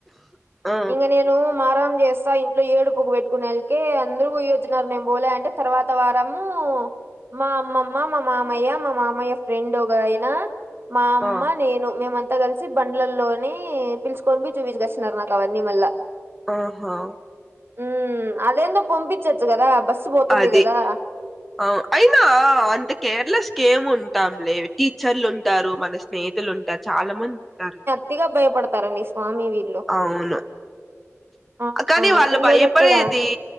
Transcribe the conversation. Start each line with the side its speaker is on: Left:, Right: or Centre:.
Centre: ఆ
Right: ఇంగ నేను మరాం చేస్తా ఇ ఏడుపుకు పెట్టుకునే <unintelligible> అందరు పోయ్యొచ్చినన్నారు నేను పోలే అంటే తర్వాత వారము మా అమ్మమ్మ మా మామయ్య మా మామయ్య ఫ్రెండ్ ఒగాయన మా అమ్మ
Centre: ఆ
Right: నేను మేమం అంత కలిసి బండ్లల్లోనే పిల్చుకొని పోయి చూపించకచ్చిన్నారు నాకు అవన్నీ మల్ల
Centre: ఆహా
Right: ఉమ్మ్ అది ఏందో పంపిచచ్చు కదా బస్సు పోతుంది
Centre: అది
Right: కదా
Centre: ఆ అయినా అంత కేర్లెస్గా ఏమ్ ఉంటాంలే టీచర్లు ఉంటారు మన స్నేహితులు ఉం ట చాలా మంది ఉంటారు
Right: ట్టిగా భయపడతారండి స్వామి వీ
Centre: అవును
Right: ఆ
Centre: కానీ
Right: ఆ
Centre: వాళ్ళు
Right: పిల్లోళ్ళకి
Centre: భయపడేది
Right: కూడా